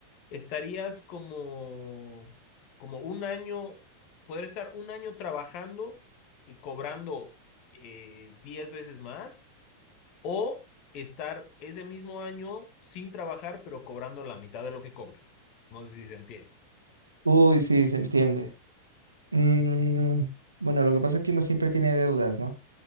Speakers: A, on the left (about 40°); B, on the right (about 80°).
A: estarías como, como un año, poder estar un año trabajando y cobrando eh, 10 veces más o estar ese mismo año sin trabajar pero cobrando la mitad de lo que cobras? No sé si se entiende.
B: Uy, sí, se entiende. Mm, bueno, lo que pasa es que uno siempre tiene deudas, ¿no?